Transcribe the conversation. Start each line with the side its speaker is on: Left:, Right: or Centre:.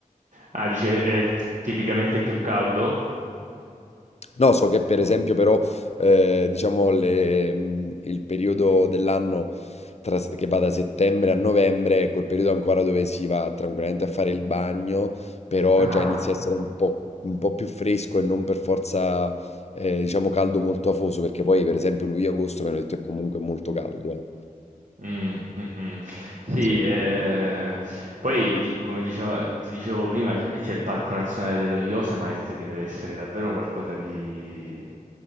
Right: Ah, dice è tipicamente più caldo?
Left: No, so che per esempio però, eh, diciamo, le- mh, il periodo dell'anno tra- che va da settembre a novembre è quel periodo ancora dove si va tranquillamente a fare il bagno, però
Right: Ah.
Left: già inizia a essere un po', un po' più fresco e non per forza, eh, diciamo, caldo molto afoso, perché poi per esempio luglio-agosto, mi hanno detto, è comunque molto caldo. Eh,
Right: Mm, mm, mm. Sì,
Left: sì,
Right: eh, poi di- come dicevo- ti dicevo prima, c- lì c'è il Parco Nazionale dello Yosemite che deve essere davvero qualcosa di,